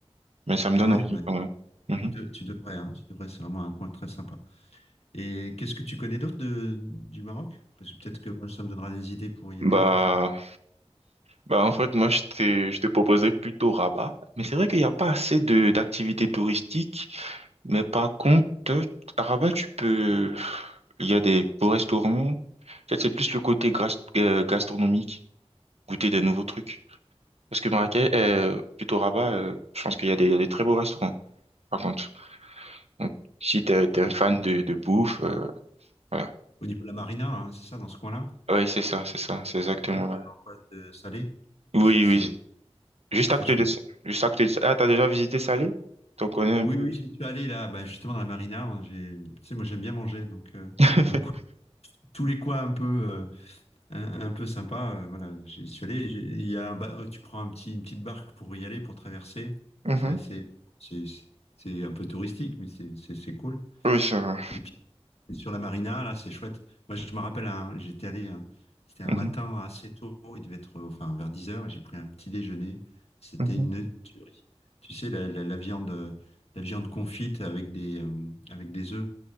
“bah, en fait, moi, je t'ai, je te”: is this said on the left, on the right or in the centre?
Right